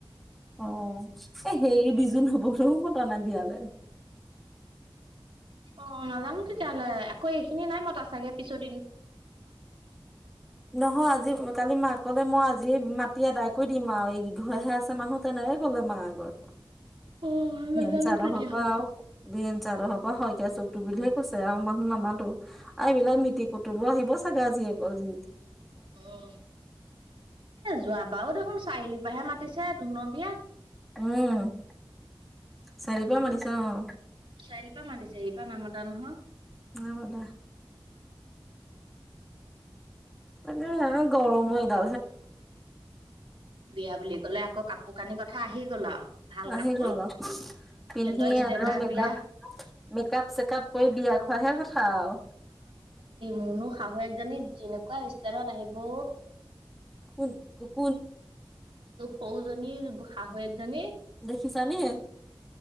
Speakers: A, in the centre; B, on the right.
A: অ এ, হেৰি বিজুনবৌ হতৰো মতা নাই বিয়ালে।
B: অ', নাজানো তেতিয়াহ'লে আকৌ এইখিনি নাই মতা চাগে পিছৰদিন
A: নহয়, আজি কালি মাকলে মই আ জি মাতি আদায় কৰি দিম আৰু এইকি ঘৰহে আছে মানুহ তেনেকে ক'লে মাৰ আগত।
B: অ', নাজানো
A: <inaudible>
B: তেতিয়াহ'লে।
A: চাদৰ পৰা শইকীয়া চকু বুলিহে কৈছে আৰু মানুহ নামাতো আৰু এইবিলাক মিট <unintelligible> আহিব চাগে আজি আকৌ আজি।
B: <unintelligible> যোৱা বাৰো দেখোন চাৰিআলিৰ পৰা হে মাতিছে ধোনুৰ বিয়াত।
A: উম, চাৰিআলিৰ পৰা মাতিছে অ'।
B: চাৰিআলিৰ পৰা মাতিছে। এইবাৰ নাই মাটা নহয়।
A: অ <unintelligible> গৰম হৈ <unintelligible> <unintelligible>
B: বিয়া বুলি ক'লে আকৌ কাপোৰ কানি কথা আহি গ'ল আৰু ভাল
A: আহি
B: কাপোৰ
A: গ'ল আৰু পিন্ধি।
B: সিহঁতৰ
A: মেকআপ
B: ষ্টেণ্ডাৰ্ড বিয়া।
A: চেকাপ কৰি বিয়া খোৱাৰ হে কথা আৰু।
B: মুনুৰ শাহুৱেক জনী যেনেকুৱা ষ্টাইলত আহিব।
A: <unintelligible>
B: সৰুজনীৰ শাহুৱেক জনী।
A: দেখিছানে